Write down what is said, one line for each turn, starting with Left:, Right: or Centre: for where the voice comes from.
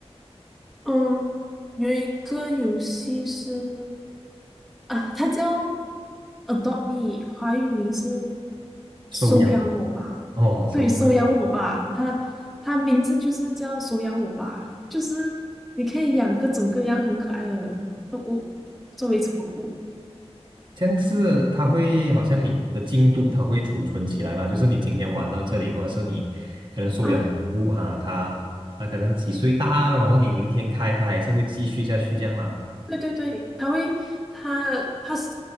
Centre: 嗯，有一个游戏是啊，它叫 Adopt Me，华语名是
Right: 收养
Centre: 收养我吧？
Right: 哦，收养
Centre: 对，收养我吧，它它名字就是叫收养我吧，就是你可以养各种各样很可爱的动物作为宠物。
Right: 这样是它会好像你的进度它会储存起来啦，就是你今天玩到这里，或者是你可能收养宠物哈，
Centre: 啊。
Right: 它它可能几岁大，然后你明天开它还是会继续下去这样啦。
Centre: 对对对，他会，他他是